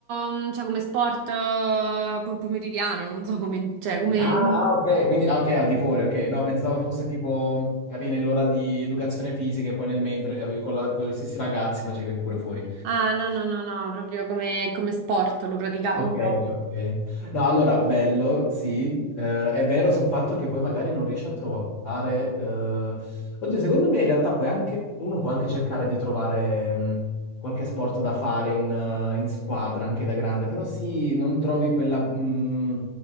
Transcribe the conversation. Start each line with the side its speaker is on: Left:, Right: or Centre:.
Right: mm, cioè, come sport eh, pom- pomeridiano, non so come, cioè, come...
Left: Ah, ah, ok, quindi ah, ok, al di fuori, ok, no, pensavo fosse tipo, capi, nell'ora di educazione fisica e poi nel mentre avevi con, la- con gli stessi ragazzi facevi pure fuori.
Right: Ah, no, no, no, no, proprio come, come sport lo praticavo
Left: Ok,
Right: proprio.
Left: ok. No, allora, bello, sì. Eh, è vero sul fatto che poi magari non riesci a trovare... eh, Oddio, secondo me in realtà puoi anche... uno può anche cercare di trovare mh, qualche sport da fare in, eh, in squadra, anche da grande, però sì, non trovi quella... mh,